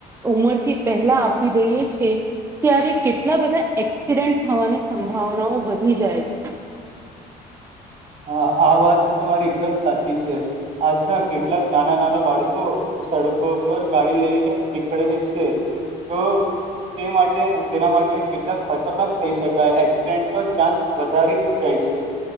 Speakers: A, on the right; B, on the right.
A: ઉંમરથી પહેલા આપી દઈએ છે ત્યારે કેટલા બધા એક્સિડેન્ટ થવાની સંભાવનાઓ વધી જાય છે <inaudible>
B: હા આ વાત તમારી એકદમ સાચી છે આજ ના કેટલાક નાના નાના બાળકો સડકો પર ગાડી લઈને નીકળે છે
A: <inaudible>
B: તો તે માટે તેના માટે કેટલા ખતરનાક થઈ શકાય એક્સિડેન્ટનો ચાન્સ વધારે જાય છે